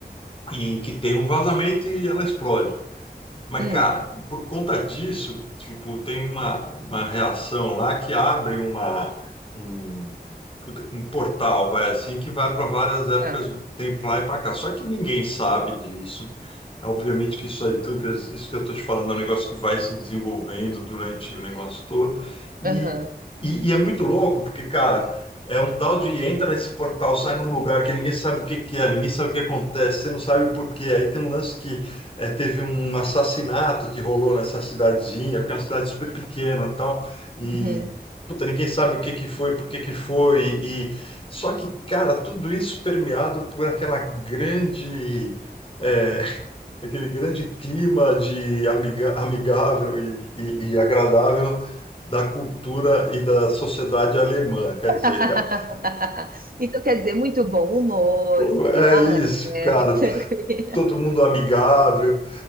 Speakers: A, on the left; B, on the right.
A: e que tem um vazamento e ela explode. Mas,
B: Hum,
A: cara, por conta disso, tipo, tem uma, uma reação lá que abre uma, um, puta, um portal, vai assim, que vai para várias épocas
B: tá.
A: do tempo lá e para cá. Só que ninguém sabe disso. É, Obviamente que isso aí, tudo que, eu- isso que eu estou te falando é um negócio que vai se desenvolvendo durante o negócio todo. E,
B: Aham.
A: e, e é muito louco, porque, cara, é um tal de entra nesse portal, sai num lugar que ninguém sabe o que que é, ninguém sabe o que acontece, você não sabe o porquê. Aí tem um lance que é, teve um assassinato que rolou nessa cidadezinha, que é uma cidade super pequena e tal, e
B: Uhum.
A: puta, ninguém sabe o que que foi, por que que foi, e e- só que, cara, tudo isso permeado por aquela grande, é, <laughs> aquele grande clima de amiga, amigável e, e- e agradável da cultura e da sociedade alemã, quer
B: <laughs>
A: dizer, cara,
B: Então quer dizer, muito bom humor,
A: o-
B: um clima
A: é isso,
B: leve,
A: cara,
B: <laughs> tranquilo.
A: todo mundo amigável,